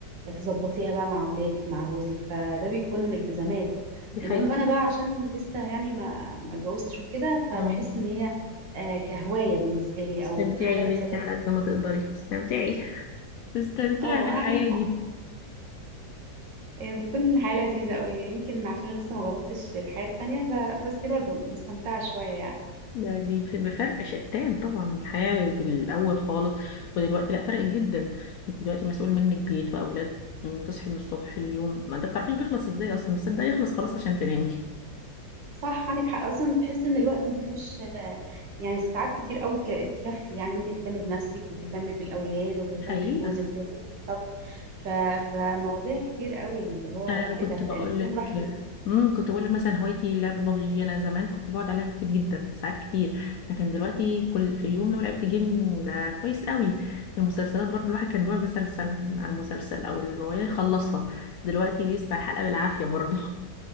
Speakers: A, on the right; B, on the left.
A: تظبطيها بقى مع اولادك مع جوزك فده بيكون التزامات
B: دي حقيقة
A: انما انا بقى عشان لسه يعني ما ما اتجوزتش وكده فبحس
B: مم.
A: ان هي آه، كهوايه بالنسبه لي
B: استمتعي
A: او حاجه
B: يا
A: بتسلى
B: بنتي على قد
A: فيها
B: ما تقدري استمتعي تستمتعي
A: اه
B: بالحياة
A: عندك
B: دي
A: حق هي بتكون حياه لذيذه قوي يمكن عشان لسه ما جربتش الحياه التانية فبس برضه مستمتعه شويه يعني
B: ده دي ف- بفرق شتان طبعا الحياة بالأول خالص ودلوقتي لا فرق جدا انت دلوقتي مسؤول منك بيت وأولاد تصحي من الصبح اليوم ما انت بتعرفيش بيخلص ازاي اصلا بس ده يخلص خلاص عشان تنامي
A: صح عندك حق اصلا تحس ان الوقت مفهوش آه، يعني ساعات كتير قوي تك- تكفي يعني انت تهتمي بنفسك وتهتمي بالاولاد
B: <laughs>
A: وتهتمي
B: حقيقي
A: بجوزك وتهتمي بالطبخ ف... فمواضيع كتير قوي اللي هو
B: انا كنت
A: ايه ده
B: بقول
A: اليوم
B: لك
A: راح فين
B: امم كنت بقول لك مثلا هوايتي لعبه بابجي دي، انا زمان كنت بقعد عليها كتير جدا ساعات كتير لكن دلوقتي كل في اليوم لو لعبت جيم ده كويس قوي المسلسلات برضو الواحد كان بيقعد مثلا سن- على المسلسل او الروايه يخلصها دلوقتي بيسمع الحلقه بالعافيه برضو